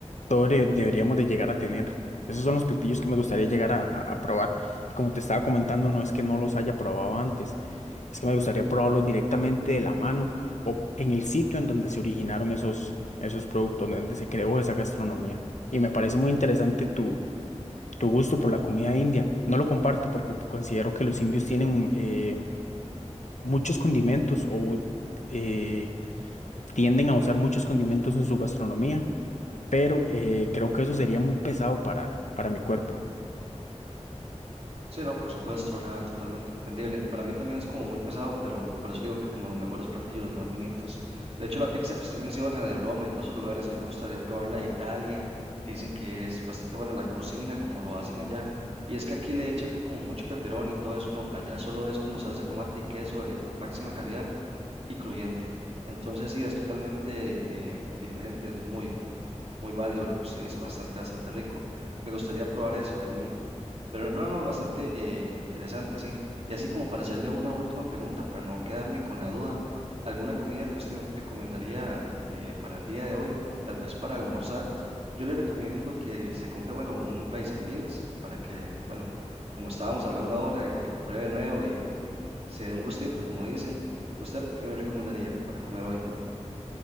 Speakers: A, on the left; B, on the right.
A: todos de- deberíamos de llegar a tener. Esos son los platillos que me gustaría llegar a, a- a probar. Como te estaba comentando, no es que no los haya probado antes, es que me gustaría probarlos directamente de la mano o en el sitio en donde se originaron esos, esos productos, donde se creó esa gastronomía. Y me parece muy interesante tu, tu gusto por la comida india. No lo comparto porque considero que los indios tienen eh, muchos condimentos o eh, tienden a usar muchos condimentos en su gastronomía pero eh, creo que eso sería muy pesado para, para mi cuerpo.
B: Sí, no, por supuesto, ¿verdad? Totalmente entendible. Para mí también es como muy pesado, pero por eso le digo que como los mejores platillos, los más finitos. De hecho, la pizza que usted menciona de Roma y todos esos lugares, a mí me gustaría probarla de Italia. Dicen que es bastante buena la cocina, como lo hacen allá. Y es que aquí le echan como mucho peperón y todo eso, ¿no? Allá solo es como salsa de tomate y queso de máxima calidad y crujiente. Entonces, sí, es totalmente eh, diferente, es muy, muy válido lo que usted dice, bastante, bastante rico. Me gustaría probar eso también. Pero no, no, bastante eh, interesante, así. Y así como para hacerle una última pregunta, para no quedarme con la duda, ¿alguna comida que usted me recomendaría eh, para el día de hoy? Tal vez para almorzar. Yo le recomiendo que se compre, bueno, un rice and beans para que, bueno, como estábamos hablando ahora, eh, lo pruebe nuevo y se dé un gustito, como dicen. ¿Usted qué me recomendaría para comer hoy?